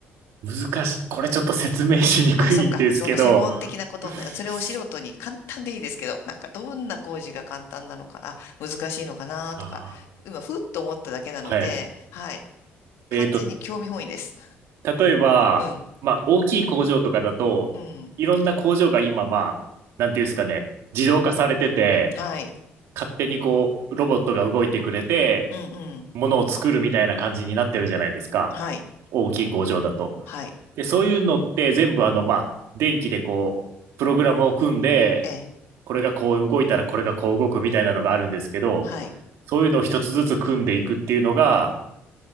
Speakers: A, on the right; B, on the left.
A: 難しい。これちょっと説明しにくいんですけど、
B: あ、そっか。その専門的なことになる。
A: <laughs>
B: それを素人に簡単でいいですけど、なんかどんな工事が簡単なのかな、難しいのかなとか、
A: あ
B: 今、ふっと思っただけなので、
A: ーはい。
B: はい。完全に興味本位です。
A: えっと、例えば、
B: うん。
A: まあ、大きい工場とかだと、
B: うん。
A: いろんな工場が今、まあ、なんていうんですかね、自動化されてて、
B: はい。
A: 勝手にこう、ロボットが動いてくれて、
B: うんうん。
A: ものを作るみたいな感じになってるじゃないですか。
B: はい。
A: 大きい工場だと。
B: はい。
A: で、そういうのって全部、あの、まあ、電気でこう、プログラムを組んで、
B: ええ。
A: これがこう動いたらこれがこう動くみたいなのがあるんですけど、
B: はい。
A: そういうのを一つずつ組んでいくっていうのが、